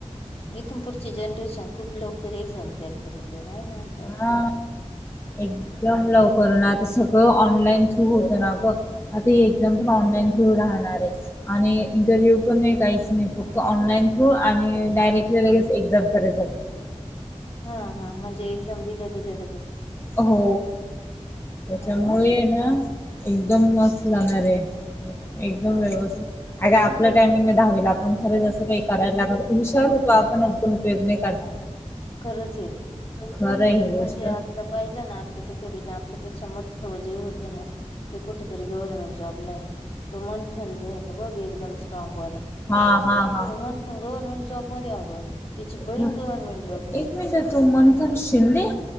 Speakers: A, on the left (about 50°); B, on the left (about 20°).
A: इथून पुढची जनरेशन खूप लवकर एक्झाम क्रॅक करील आहे ना असं
B: हा
A: असल्यावर.
B: एकदम लवकर ना आता सगळं ऑनलाईन थ्रू होतं ना ग आता एक्झाम्पल ऑनलाईन थ्रू राहणार आहे आणि इंटरव्ह्यू पण नाही काहीच नाही फक्त ऑनलाईन थ्रू आणि डायरेक्ट लगेच एक्झामचा रिझल्ट
A: हा हा म्हणजे एक्झाम दिल्या दिल्या लगेच
B: हो त्याच्यामुळे
A: अरे वा
B: ना एकदम मस्त जाणार आहे एकदम व्यवस्थित अे आपलं टायमिंग धावेल आपण खरं जसं काही करायला लागत हुशार होतो आपणण उयग नाही करणार
A: खरंच आहे
B: खरं ही गोष्ट
A: म्हणजे आता पाहिलं ना आत्ताच्या खेडीला आपल्यापेक्षा मोठ जे होते ना ते कुठेतरी गव्हर्नमेंट जॉबला तो मंथन जो होता बघी एकदम स्ट्रॉग वाला
B: हा हा हा
A: मंथ गव्हर्नमेंट जॉबमध्येध्ये आ गं त्याची बहीण
B: हा
A: गव्हर्नमेंट जॉब
B: एक मिनट आहे तू मंथन शिंदे